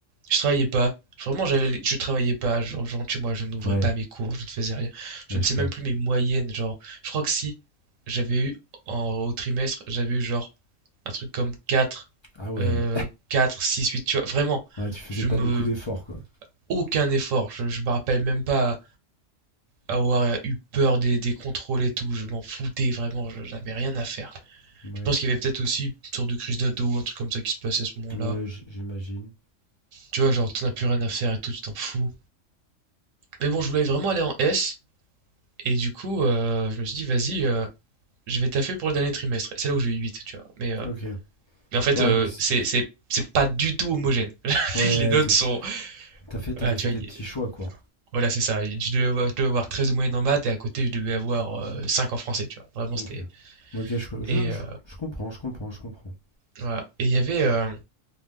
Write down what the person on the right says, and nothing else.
je travaillais pas. Vraiment, j'allais, je travaillais pas. Genre, genre, tu vois, je n'ouvrais
pas mes cours, je ne faisais rien. Je
ne
sais
même plus mes moyennes. Genre, je crois que si j'avais eu en- au trimestre, j'avais eu genre un truc comme 4,
euh, 4, 6, 8, tu vois. Vraiment,
je
me.
Aucun effort. Je, je me rappelle même pas avoir euh, eu peur des, des contrôles et tout. Je m'en foutais vraiment, je- j'avais rien à faire.
Je pense qu'il y avait peut-être aussi une sorte de crise d'ado, un truc comme ça qui se passait à ce moment-là.
Tu vois, genre, t'en as plus rien à faire et tout, tu t'en fous. Mais bon, je voulais vraiment aller en S, et du coup, euh, je me suis dit, vas-y, euh, je vais taffer pour le dernier trimestre. Et c'est là où j'ai eu huit tu vois. Mais, euh,
mais en fait,
euh,
c'est, c'est, c'est pas du tout homogène. <laughs>
Les notes
sont.
Voilà,
tu vois,
il-
voilà, c'est ça. Je devais avoir, je devais avoir 13 de moyenne en maths, et à côté, je devais avoir euh, 5 en français, tu vois. Vraiment,
c'était.
Et,
euh,
voilà. Et il y avait, euh,